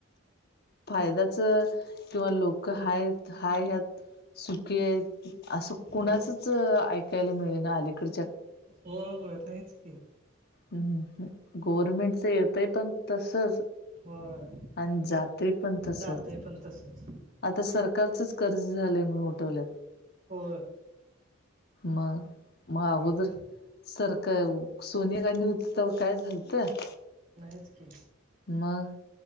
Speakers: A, on the left; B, on the right.
A: फायद्याचं किंवा लोक हायत हा ह्यात सुकी आहेत असं कुणाचच
B: होय होय
A: ऐकायला मिळे ना अलीकड
B: हो हो नाहीच की
A: हम् गवर्मेंटच येतंय पण तसच
B: होय
A: आणि जातय पण तसच
B: जात आहे पण तसंच
A: आता सरकारचंच कर्ज झालंय म्हणून उठवल्यात
B: हो
A: मग मग अगोदर
B: सरकार
A: सरख सोनिया गांधी होत त काय झालतं
B: नासकीे
A: मग